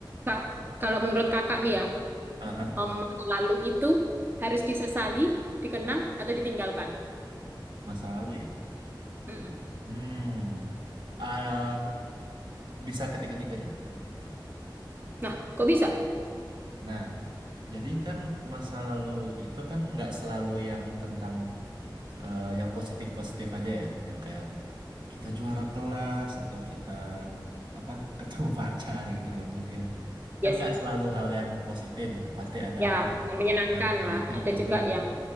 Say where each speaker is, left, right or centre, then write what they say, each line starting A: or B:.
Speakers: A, on the right; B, on the right.
A: Kak, kalau menurut kakak nih ya,
B: Aha,
A: um, masa lalu itu harus disesali, dikenang, atau ditinggalkan.
B: masa lalu ya.
A: Mm-mm.
B: Hmm, ah, bisa ketiga-tiganya.
A: Nah, kok bisa?
B: Nah, jadi kan masa lalu itu kan nggak selalu yang tentang eh, yang positif-positif aja ya, yang kayak kita juara kelas atau kita apa ketemu <laughs> pacar gitu kan mungkin kan
A: Ya sih.
B: nggak selalu hal yang positif gitu, pasti ada
A: Ya,
B: hal
A: yang menyenangkan
B: yang negatif
A: lah. Ada
B: juga
A: juga
B: gitu.
A: yang